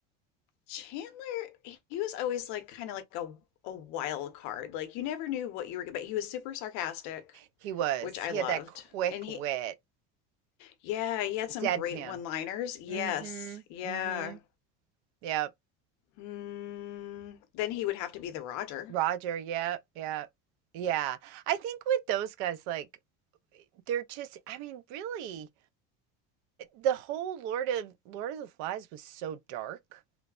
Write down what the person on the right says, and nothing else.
He was.
He
had that quick
wit,
deadpan.
Mm-hmm.
Mm-hmm. Yep.
Roger. Yep. Yep. Yeah. I think with those guys, like, they're just, I mean, really, the whole Lord of Lord of the Flies was so dark.